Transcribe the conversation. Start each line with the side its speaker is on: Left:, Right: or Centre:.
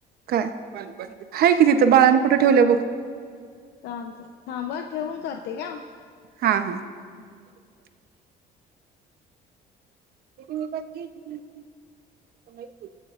Right: काय. आहे की तिथं बाळान कुठं ठेवलं बघ.
Left: <unintelligible> थांब ठेवून करते काय.
Right: हा हा. <inaudible> <unintelligible>